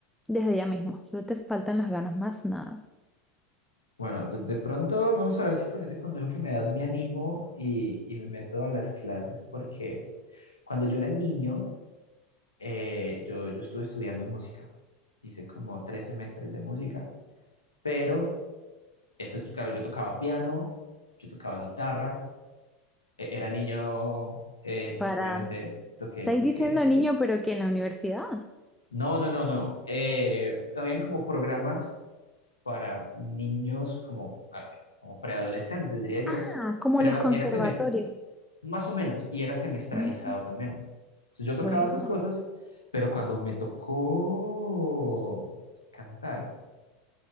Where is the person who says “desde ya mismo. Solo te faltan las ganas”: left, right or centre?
Centre